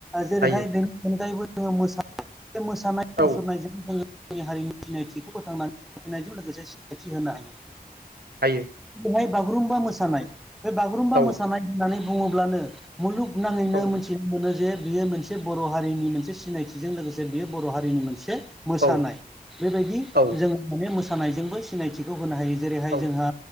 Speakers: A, in the centre; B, on the right.
A: जेरैहाय
B: हायो
A: बेनि अनगायैबो जोङो मोसानाय बे मोसानाय
B: औ
A: मुसुरनायजों जोङो <unintelligible> जोंनि हारिनि सिनायथिखौ फोथांनानै लाखिनायजों लोगोसे सिनायथि होनो हायो।
B: हायो।
A: जेरैहाय बागुरुम्बा मोसानाय बे बागुरुम्बा
B: औ
A: मोसानाय होननानै बुङोब्लानो मुलुगनााङैनो
B: औ
A: मोनसे बेखौनो जे बियो मोनसे बर' हारिनि मोनसे सिनायथिजों लोगोसे बियो बर' हारिनि मोनसे मोसानाय
B: औ
A: बेबायदि
B: औ
A: जोङो माने मोसानायजोंबो सिनायथिखौ होनो हायो। जेरैहाय-
B: औ
A: जोंहा